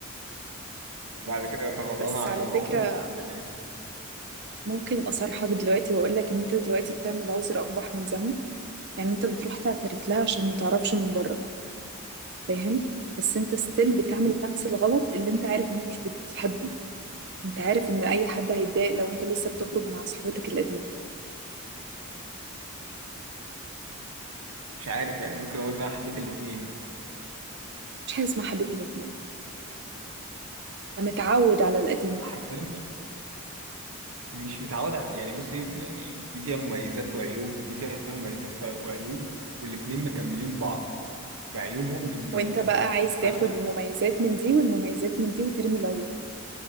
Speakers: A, on the right; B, on the right.
A: وبعد كده تغاضانا
B: بس
A: عن
B: على
A: الموقف
B: فكرة
A: وقدمناه
B: ممكن اصارحك دلوقتي واقول لك ان انت دلوقتي بتعمل عذر اقبح من ذنب يعني انت بتروح تعترف لها عشان ما تعرفش من بره فاهم بس انت ستيل بتعمل نفس الغلط اللي انت عارف ان هي مش بتحبه انت عارف ان اي حد هيتضايق لو انت لسه بتخرج مع صاحبتك القديمة
A: مش عارف يعني ممكن اقول ان انا حبيت الاتنين
B: مش حاجة اسمها حبيب الاتنين انا متعود على القديمة
A: حرفيا مش متعود على يعني بصي يعني دي فيها مميزات وعيوب دي فيها مميزات ف- وعيوب والاتنين مكملين بعض بعيوبهم بمميزاتهم
B: وانت بقى عايز تاخد
A: فانا
B: المميزات من دي والمميزات من دي وترمي العيوب